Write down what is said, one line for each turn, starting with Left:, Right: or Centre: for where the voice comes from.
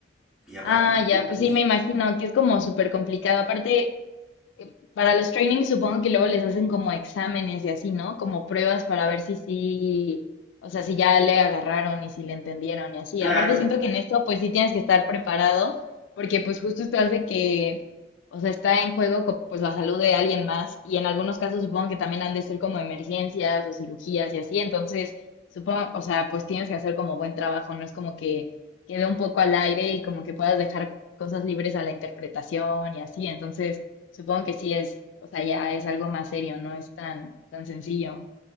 Centre: Y a
Left: Ah,
Centre: partir
Left: ya.
Centre: de ahí,
Left: Pues
Centre: pues,
Left: sí, me imagino que es como súper complicado. Aparte, eh, para los trainings supongo que luego les hacen como exámenes y así, ¿no? Como pruebas para ver si sí, o sea, si ya le agarraron y si le entendieron y así.
Centre: claro,
Left: Aparte siento que en esto pues sí tienes que estar preparado porque pues justo estás de que, o sea, está en juego co- pues la salud de alguien más y en algunos casos supongo que también han de ser como emergencias o cirugías y así. Entonces, supongo, o sea, pues tienes que hacer como buen trabajo, no es como que quede un poco al aire y como que puedas dejar cosas libres a la interpretación y así. Entonces... Supongo que sí es, o sea, ya es algo más serio, no es tan, tan sencillo.